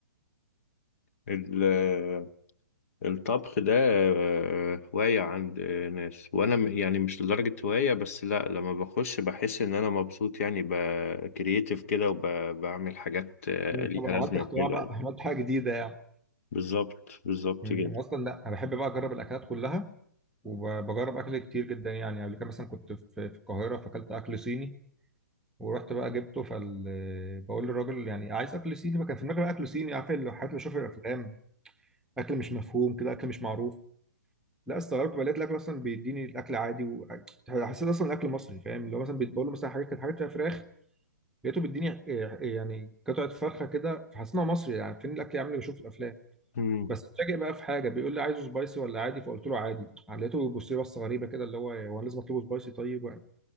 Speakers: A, on the left; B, in the centre.
A: ال- الطبخ ده آه، هواية عند ناس وأنا م- يعني مش لدرجة هواية بس لأ لما بخش بحس إن أنا مبسوط يعني بكرييتيف كده وبعمل حاجات آه،
B: مم،
A: ليها
B: طبعا
A: لازمة
B: عملت اختراع
A: وحلوة
B: بقى
A: يعني
B: عملت حاجه جديده يعني
A: بالظبط بالظبط
B: مم،
A: كده
B: انا اصلا لا انا بحب بقى اجرب الاكلات كلها وبجرب اكل كتير جدا يعني قبل كده مثلا كنت في في القاهره فاكلت اكل صيني ورحت بقى جبته فال بقول للراجل يعني عايز اكل صيني بقى كان في المغرب اكل صيني عارف الحاجات اللي بشوفها في الافلام اكل مش مفهوم كده اكل مش معروف لا استغربت بقى لقيت الاكل اصلا بيديني الاكل عادي و... حسيت اصلا الاكل مصري فاهم اللي هو مثلا بيتبول مثلا حاجات كانت حاجات فيها فراخ لقيته بيديني آه، آه، يعني قطعه فرخه كده فحسيت إن هو مصري يعني فين الاكل يا عم اللي بشوفه في الافلام
A: مم.
B: بس اتفاجئ بقى في حاجه بيقول لي عايزه سبايسي ولا عادي فقلت له عادي يعني لقيته بيبص لي بصه غريبه كده اللي هو هو أنا لازم اطلبه سبايسي طيب ما